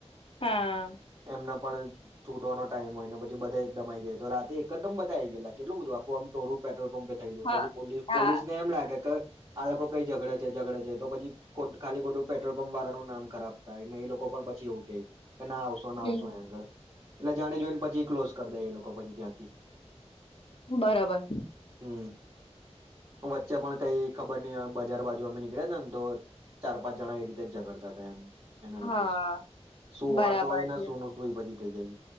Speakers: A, on the left; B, on the right.
A: હા
B: એમના પણ છૂટવાનો ટાઈમ હોય પછી બધા એકદમ આ આવી જાય તો રાતે એકદમ બધા આવી ગેલા કેટલું બધું આખું આમ ટોરું પ પલ પંપે થયું
A: હા
B: પછી
A: હા
B: પોલીસને એમ લાગે તો આ લોકો કઈ ઝઘડે છે ઝડડા છે તો પછી ખાલી ખોટું પેટ્રોલ પંપ વાળાનું નામ ખરાબ થાય ને એ લોકો પણ પછી એવું કેય કે ના આવશો ના
A: હમ.
B: આવશો એ્યાં આગળ એટલે જાણે જોઈને પછી ક્લોઝ કરી દે એ લોકો બધી ત્યાંથી
A: બરાબર
B: હમ વચ્ચે પણ કઈ ખબર નહ બજાર બાજુ અમે નીકળ્યા હતા ને તો ચાર પાંચ જણા એ રીતે જ ઝગડતા હતા એમ એના
A: હા
B: લીધે શું
A: બરાબર
B: વાત હોય ને
A: છે
B: શું નું શું પછી થઈ જાય